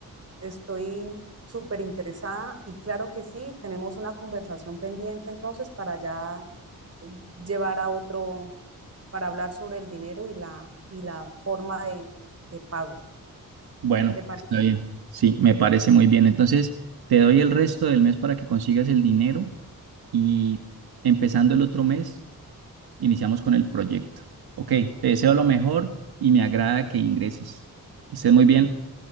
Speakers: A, on the right; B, on the right.
A: estoy súper interesada y claro que sí, tenemos una conversación pendiente entonces para ya eh, llevar a otro, para hablar sobre el dinero y la, y la forma de, de pago.
B: Bueno,
A: ¿Te parece?
B: está bien. Sí, me parece muy bien. Entonces, te doy el resto del mes para que consigas el dinero y empezando el otro mes, iniciamos con el proyecto. Ok, te deseo lo mejor y me agrada que ingreses. Que estés muy bien.